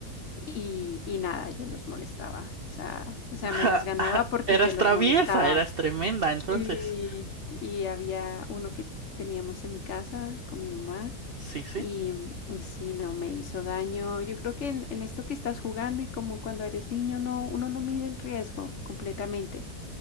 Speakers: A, on the left (about 55°); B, on the right (about 60°).
A: y, y nada, yo los molestaba, o sea, o sea,
B: <laughs>
A: me las ganaba porque
B: Eras
A: yo los
B: traviesa,
A: molestaba.
B: eras tremenda,
A: Sí,
B: entonces.
A: y había uno que teníamos en mi casa con mi mamá
B: Sí, sí.
A: y y sí, no, me hizo daño. Yo creo que en en esto que estás jugando y como cuando eres niño, no, uno no mide el riesgo completamente.